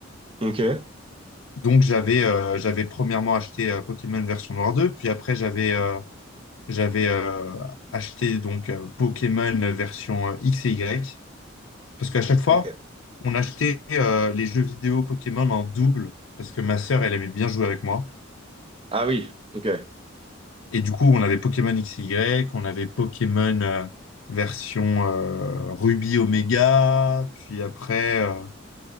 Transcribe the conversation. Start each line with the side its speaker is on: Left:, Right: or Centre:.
Right: ok,
Left: Donc j'avais euh, j'avais premièrement acheté euh, Pokémon version Noir 2, puis après j'avais euh, J'avais euh, acheté donc euh, Pokémon version euh, X et Y parce qu'à chaque fois,
Right: ok.
Left: on achetait euh, les jeux vidéo Pokémon en double parce que ma sœur, elle aimait bien jouer avec moi.
Right: Ah oui, ok,
Left: Et du coup, on avait Pokémon X et Y, on avait Pokémon euh, version euh, Ruby Omega, puis après, euh,